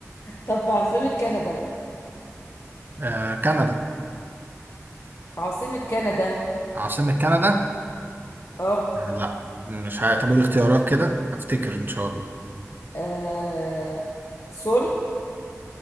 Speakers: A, on the left (about 60°); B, on the right (about 40°).
A: طب عاصمة كندا
B: آه، كندا
A: عاصمة كندا
B: عاصمة كندا؟
A: اه
B: آه، لا مش هتبقى اختيارات كده افتكر ان شاء الله
A: آه، سول